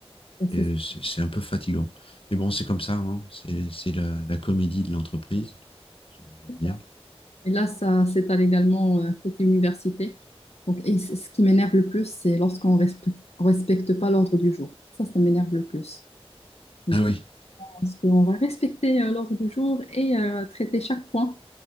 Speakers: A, on the left; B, on the left.
A: c'est
B: et
A: ça,
B: c'est c'est un peu fatigant. Mais bon, c'est comme ça, hein. C'est c'est la, la comédie de l'entreprise. je, je veux dire.
A: quoi. Et là, ça s'étale également euh, côté université. Donc, et c- ce qui m'énerve le plus, c'est lorsqu'on respecte, on respecte pas l'ordre du jour. Ça, ça m'énerve le plus. Mm.
B: Ah oui,
A: pense qu'on va respecter euh, l'ordre du jour et euh, traiter chaque point.